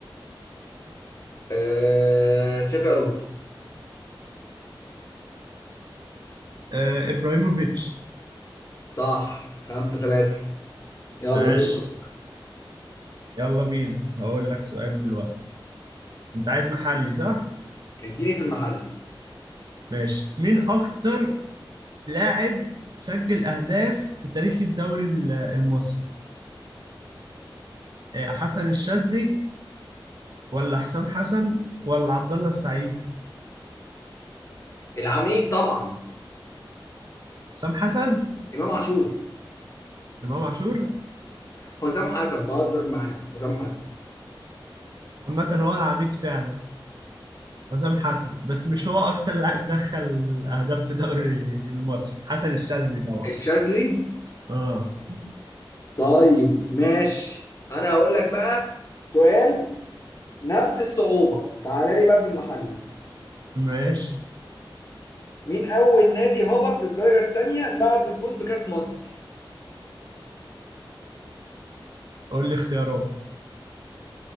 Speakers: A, on the left; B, on the right.
A: آه تشافي الونسو
B: آه إبراهيموفيتش
A: صح خمسة تلاتة يلا
B: ماشي
A: دور
B: يلا بينا هقول لك سؤال دلوقتي أنت عايز محلي صح؟
A: اديني في المحل
B: ماشي مين أكتر لاعب سجل أهداف في تاريخ الدوري ال- المصري؟ آه حسن الشاذلي ولا حسام حسن ولا عبد الله السعيد؟
A: العميد طبعا
B: حسام حسن
A: امام عاشور
B: إمام عاشور
A: حسام حسن بهزر معاك حسام حسن
B: عامة هو العميد فعلا حسام حسن بس مش هو اكتر لاعب دخل اهداف في دوري المصري حسن الشاذلي طبعا
A: الشاذلي
B: اه
A: طيب ماشي انا هقول لك بقى سؤال نفس الصعوبة تعالى لي بقى في المحلي
B: ماشي
A: مين أول نادي هبط للدرجة التانية بعد الفوز بكأس مصر؟
B: قول لي اختيارات